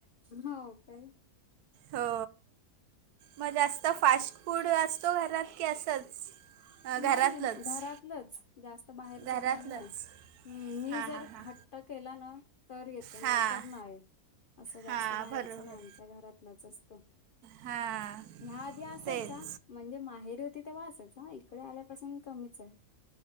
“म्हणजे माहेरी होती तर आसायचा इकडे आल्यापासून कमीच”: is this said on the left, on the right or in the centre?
Left